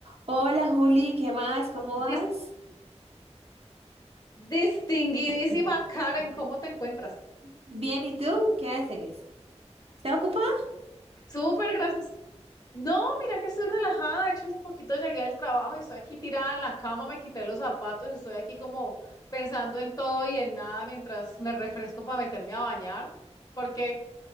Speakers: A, on the right; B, on the left.
A: Hola Juli, ¿qué más? ¿Cómo vas?
B: Dis- distinguidísima
A: <laughs>
B: Karen, ¿cómo te encuentras?
A: Bien, ¿y tú? ¿Qué haces? ¿Estás ocupada?
B: Súper, gracias. No, mira que estoy relajada. De hecho, hace poquito llegué al trabajo y estoy aquí tirada en la cama, me quité los zapatos y estoy aquí como pensando en todo y en nada mientras me refresco para meterme a bañar. ¿Por qué?